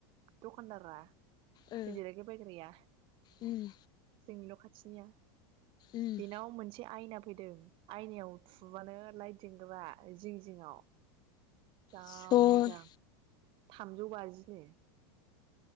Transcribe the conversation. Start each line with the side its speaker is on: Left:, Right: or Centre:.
Right: दखानदारा
Left: ओ
Right: जों देलायग्रा बायग्राया
Left: उम
Right: जोंनि न'खाथि निया
Left: उम
Right: बेनाव मोनसे आयना फैदों आयनायाव थुबानो लाइट जोंग्रा। आरो जिं जिङाव जा
Left: सर
Right: मोजां थामजौ बाजिनो।